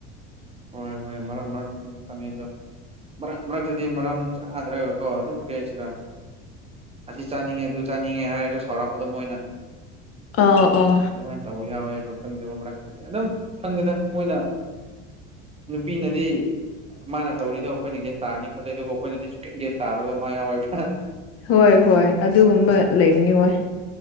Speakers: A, on the right (about 20°); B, on the left (about 45°).
A: ꯍꯣꯏ ꯍꯣꯏ ꯃꯔꯛ ꯃꯔꯛꯇꯅꯤ ꯈꯪꯉꯤꯗꯣ ꯃꯔꯛ ꯃꯔꯛꯇꯗꯤ ꯃꯔꯝ ꯆꯥꯗ꯭ꯔꯒꯀꯣ ꯑꯗꯨꯝ ꯀ꯭ꯔꯤ ꯍꯥꯏꯁꯤꯔꯥ ꯑꯁꯤ ꯆꯥꯅꯤꯡꯉꯦ ꯑꯗꯨ ꯆꯥꯅꯤꯡꯉꯦ ꯍꯥꯏꯔꯒ ꯁꯥꯎꯔꯛꯄꯗꯣ ꯃꯣꯏꯅ
B: ꯑꯥ ꯑꯣ
A: ꯑꯗꯨꯃꯥꯏꯟ ꯇꯧꯕ ꯌꯥꯎꯋꯦꯕ ꯈꯪꯗꯕ ꯃꯔꯛꯇꯗꯤ ꯑꯗꯨꯝ ꯈꯪꯗꯦꯗ ꯃꯣꯏꯅ ꯅꯨꯄꯤꯅꯗꯤ ꯃꯥꯅ ꯇꯧꯔꯤꯗꯣ ꯑꯈꯣꯏꯅ ꯒꯦꯟ ꯇꯥꯔꯅꯤ ꯈꯣꯠꯂꯦ ꯑꯗꯨꯕꯨ ꯑꯈꯣꯏꯅꯗꯤ ꯁꯨꯡꯀꯦꯟ ꯒꯦꯟ ꯇꯥꯗꯕ ꯃꯥ ꯌꯥꯎꯋꯦꯕ
B: ꯍꯣꯏ ꯍꯣꯏ ꯑꯗꯨꯒꯨꯝꯕ ꯂꯩꯕꯅꯤ ꯋꯣꯏ